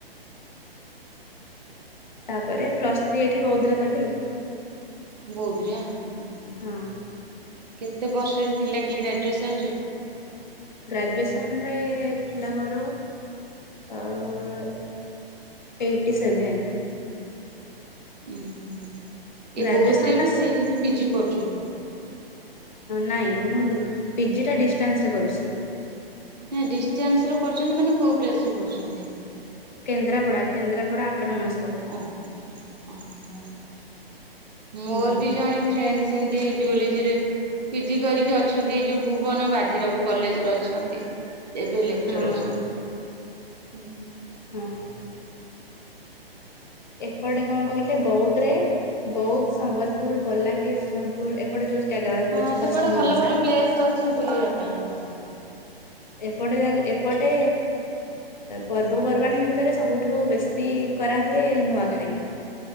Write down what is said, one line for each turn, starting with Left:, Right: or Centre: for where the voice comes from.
Left: ତାପରେ ପ୍ଲସ୍ ଥ୍ରୀ ଏଠି ବୌଦୁରେ କଲି।
Right: ବୌଦୁରେ? ଉ ହୁଁ
Left: ହଁ
Right: କେତେ ପରସେଣ୍ଟ ଥିଲା କି ଗ୍ରାଜୁଏସନ ରେ?
Left: ଗ୍ରାଜୁଏସନରେ ଥିଲା ମୋର ଏଇଟି ସେଭେନ।
Right: ଉଁ ହୁଁ ଏ
Left: ଗ୍ରାଜୁଏସନଟା
Right: ବୌଦୁ ରେ ବି
Left: ସ
Right: ସେଇଠି ବି ପିଜି କରୁଛନ୍ତି।
Left: ନାଇଁ ମୁଁ ପିଜି ଟା ଡିଷ୍ଟାନ୍ସରେ କରୁଛି।
Right: ନା ଡିଷ୍ଟାନ୍ସରେ କରୁଛନ୍ତି ମାନେ କୋଉ ପ୍ଲେସ ରେ କରୁଛନ୍ତି?
Left: କେନ୍ଦ୍ରାପଡା କେନ୍ଦ୍ରାପଡା ଅଟୋନମସ
Right: ଓହୋ ଓୋ ମୋର
Left: ହୁଁ
Right: ବି ଜଣେ ଫ୍ରେଣ୍ଡ ଯେମିତି ଜୁଲିଜରେ ପିଜି କରିକି ଅଛନ୍ତି ଏ ଯୋଉ ଭୁବନ ବାଜିରାଉତ କଲେଜରେ ଅଛନ୍ତି। ଏବେ ଲେକ୍ଚର
Left: ହଁ
Right: ଅଛନ୍ତି ହୁଁ।
Left: ହଁ। ଏପଟେ କଣ କହିଲେ ବୌଦ୍ ରେ ବୌଦ୍ ସମ୍ବଲପୁର, ବଲାଙ୍ଗୀର ସୋନପୁର ଏପଟେ ଯୋଉ ଜାଗାଗୁରା ସବୁ
Right: ହଁ
Left: ଅଛି
Right: ସେପଟେ
Left: ପଶ୍ଚିମ
Right: ଭଲ
Left: ଓଡ଼ିଶା
Right: ଭଲ ପ୍ଲେସ ଅଛି ବୁଲିବା ପାଇଁ ହଁ।
Left: ଏପଟେ ଯଆକ ଏପଟେ ପର୍ବପର୍ବାଣୀ ଭିତରେ ସବୁଠୁ ବେଶୀ କରାହୁଏ ନୂଆଖାଇ।